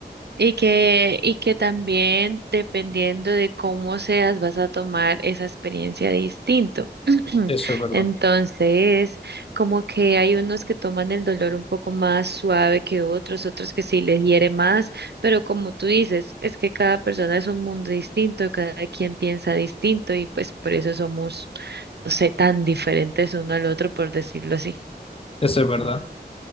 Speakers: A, on the right (about 70°); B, on the left (about 35°).
A: Y que, y que también dependiendo de cómo seas, vas a tomar esa experiencia distinto. <clears throat>
B: Eso es verdad,
A: Entonces, como que hay unos que toman el dolor un poco más suave que otros, otros que sí les hiere más, pero como tú dices, es que cada persona es un mundo distinto, cada quien piensa distinto y pues por eso somos, no sé, tan diferentes uno al otro, por decirlo así.
B: eso es verdad.